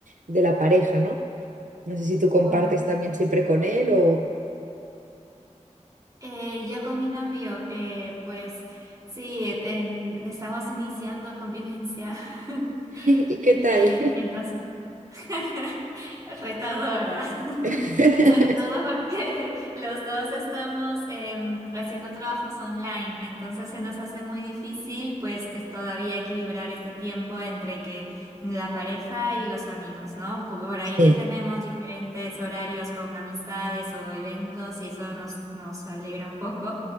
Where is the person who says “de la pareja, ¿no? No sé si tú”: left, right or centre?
Right